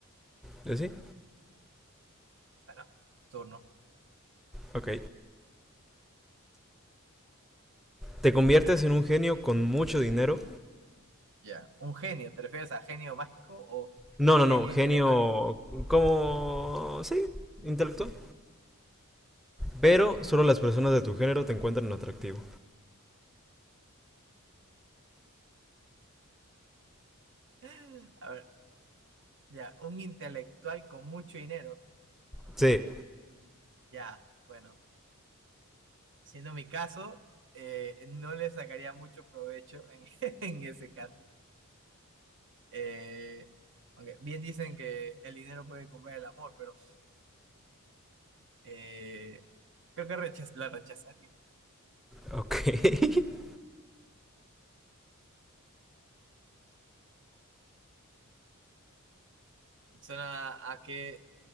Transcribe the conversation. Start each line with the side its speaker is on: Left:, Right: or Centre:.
Centre: ¿Eh, ¿Sí?
Right: Bueno, tu turno.
Centre: Ok. ¿Te conviertes en un genio con mucho dinero?
Right: Ya. Un genio, ¿te refieres a genio mágico o
Centre: No, no,
Right: genio
Centre: no. Genio
Right: intelectual? <gasps>
Centre: como... Sí, intelectual. Pero solo las personas de tu género te encuentran atractivo.
Right: <laughs> A ver, ya, un intelectual con mucho dinero.
Centre: Sí.
Right: Ya, bueno, siendo mi caso, eh, no le sacaría mucho provecho en, <laughs> en ese caso. Eh, aunque bien dicen que el dinero puede comprar el amor, pero eh, creo que rechaz la rechazar.
Centre: Ok. <laughs>
Right: Suena a que,